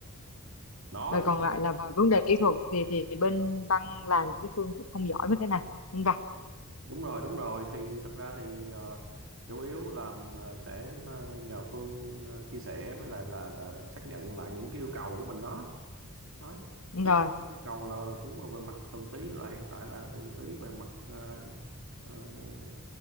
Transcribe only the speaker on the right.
đó
thì
đúng rồi đúng rồi thì thật ra thì ờ, chủ yếu là ờ, sẽ ờ, nhờ Phương ờ, chia sẻ với lại là, là xác nhận lại những cái yêu cầu của mình đó nói
tới
yêu cầu là cũng là về mặt thuần túy là hiện tại là thuần túy về mặt ờ, ờ, ờ,